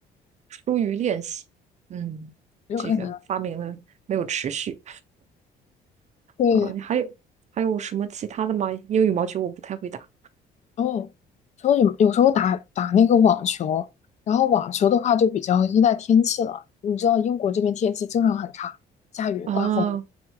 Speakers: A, on the right; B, on the left.
A: 疏于练习。嗯，
B: 有可能。
A: 这个发明了没有持续
B: 对，
A: 啊？你还有还有什么其他的吗？因为羽毛球我不太会打
B: 哦，然后有有时候打打那个网球，然后网球的话就比较依赖天气了。你知道英国这边天气经常很差，下雨、
A: 啊。
B: 刮风，